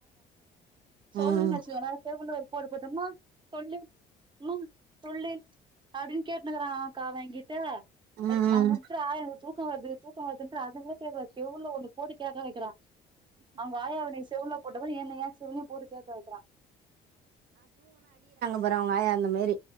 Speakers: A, on the right; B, on the right.
A: <unintelligible>
B: ம்
A: போரு போட்டமா சொல்லி மா சொல்லி அப்படின்னு கேட்டுனுக்குறான்க அவன் என்கிட்ட
B: ம்
A: நான் விட்டுற எனக்கு தூக்கம் வருது தூக்க <unintelligible> உள்ள ஒன்னு போட்டு கேட்க வைக்கிறான் அவங்க ஆயாவ அவ நீ செவுல போட்ட போ என்ன ஏன் செவுலையும் போட்டு கேக்க வைக்கறான்
B: அப்பறவங்காய அந்த மாரி